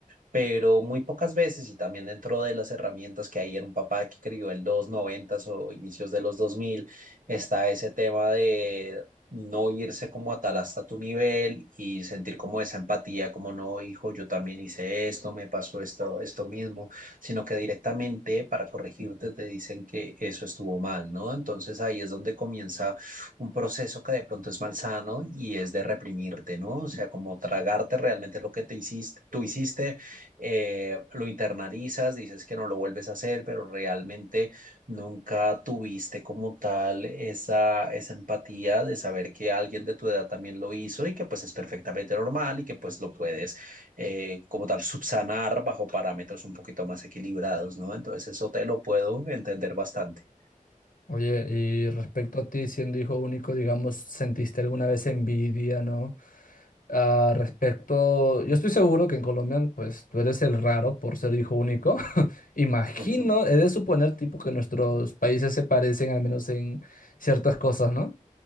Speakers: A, on the right; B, on the left.
A: pero muy pocas veces y también dentro de las herramientas que hay en un papá que crió en los noventas o inicios de los 2000 está ese tema de no irse como a tal hasta tu nivel y sentir como esa empatía, como no, hijo, yo también hice esto, me pasó esto, esto mismo, sino que directamente para corregirte te dicen que eso estuvo mal, ¿no? Entonces ahí es donde comienza un proceso que de pronto es malsano y es de reprimirte, ¿no? O sea, como tragarte realmente lo que te hiciste, tú hiciste eh, lo internalizas, dices que no lo vuelves a hacer, pero realmente nunca tuviste como tal esa, esa empatía de saber que alguien de tu edad también lo hizo y que pues es perfectamente normal y que pues lo puedes eh, como tal subsanar bajo parámetros un poquito más equilibrados, ¿no? Entonces eso te lo puedo entender bastante.
B: Oye, y respecto a ti siendo hijo único, digamos, ¿sentiste alguna vez envidia, ¿no? Ah, respecto, yo estoy seguro que en Colombia, pues tú eres el raro por ser hijo único. <laughs> Imagino,
A: Ujú.
B: he de suponer, tipo, que nuestros países se parecen al menos en ciertas cosas, ¿no?